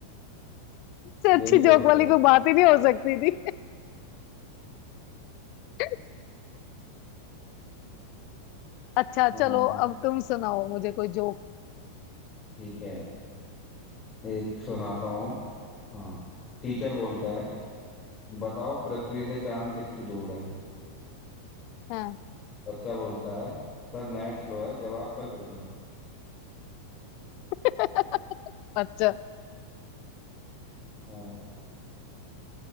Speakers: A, on the left (about 40°); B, on the left (about 25°).
A: इससे
B: ये
A: अच्छी
B: भी जोक
A: जोक वाली
B: था
A: कोई बात ही नहीं हो सकती थी <laughs> अच्छा
B: हाँ
A: चलो अब तुम सुनाओ मुझे कोई जोक
B: ठीक है एक सुनाता हूँ हाँ टीचर बोलता है बताओ पृथ्वी से चांद कितनी दूर है
A: हाँ
B: बच्चा बोलता है सर नेट स्लो है जवाब कल भेजूंगा
A: <laughs> अच्छा
B: हाँ